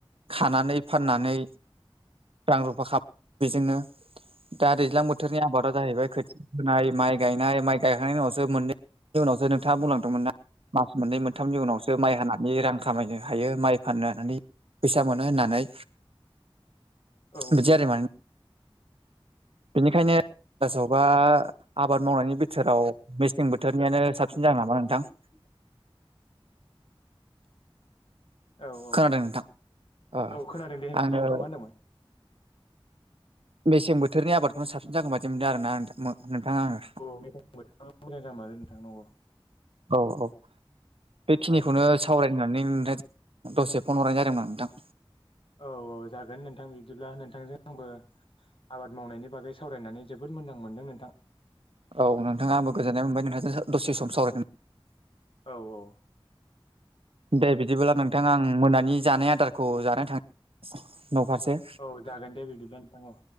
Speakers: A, on the right; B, on the left.
A: खानानै फाननानै रां रुफा खालाम बेजोंनो दा दैज्लां बोथोर बोथोरनि आबादा
B: औ
A: जाहैबाय खोथिया फोनाय माइ गायनाय माइ गायखांनायनि उनाव जों मोनैनि उनावसो नोंथांङा बुंलांदोंमोन ना मास मोननै मोनथामनि उनावसो माइ हानानै रां खामायनो हायो माइ फाननो हनानै फैसा मोनो होननानै
B: औ
A: बिदि आरो माने बेनिखायनो सोआवबा आबाद मावनायनि बिथोराव मेसें बोथोरनियानो साबसिन जागोन नामा नोंथां
B: <inaudible> औ औ
A: खोनादों नोंथां ओ
B: औ खोनादों दे होनफिनलाय
A: आङो
B: नोंथां मा होनदोंमोन
A: बेसें बोथोरनि आबादखौनो साबसिन जागोन बाददि मोनदों आरोना नोंथांङा आंङो
B: अ मोजां मोजां जामारो नोंथां नंगौ
A: औ औ बेखिनिखौनो
B: औ
A: सावरायनानै नोंथां दसे फन हरनाय जादोंमोन नोंथां
B: औ औ जागोन नोंथां बिदिब्ला नोंथांजों आंबो आबाद मावनायनि बागै सावरायनानै जोबोद मोजां मोनदों नोंथां
A: औ नोंथांङा आंबो गोजोन्नाय मोनबाय नोंथांजों दसे सम सावरायगोन
B: औ औ
A: दे बिदिब्लाब्ला नोंथां आं मोनानि जानाय आदारखौ जानो थां न'फारसे
B: औ जागोन दे बिदिब्ला नोंथां औ